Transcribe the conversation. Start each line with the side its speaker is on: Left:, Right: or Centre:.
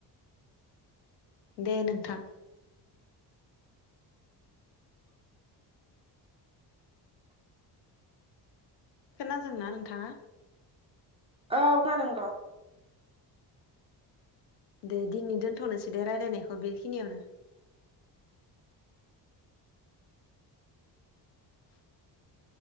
Left: दे नोंथां खोनादोंना नोंथाङा।
Right: औ खोनादों र'
Left: दे दिनै दोनथ'नोसै दे रायलायनायखौ बेखिनियावनो <unintelligible>